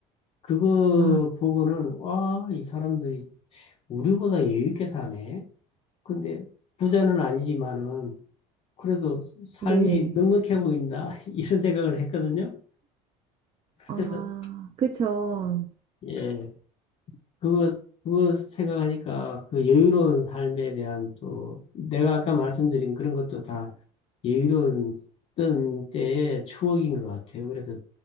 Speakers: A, on the left; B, on the right.
A: 그거
B: 아,
A: 보고는 와, 이 사람들이 우리보다 여유 있게 사네. 근데 부자는 아니지만은 그래도 삶이
B: 네.
A: 넉넉해 보인다. <laughs> 이런 생각을 했거든요.
B: 아,
A: 그래서
B: 그쵸.
A: 예. 그거, 그거 생각하니까 그 여유로운 삶에 대한 또, 내가 아까 말씀드린 그런 것도 다 여유로운 어떤 때의 추억인 것 같아요. 그래서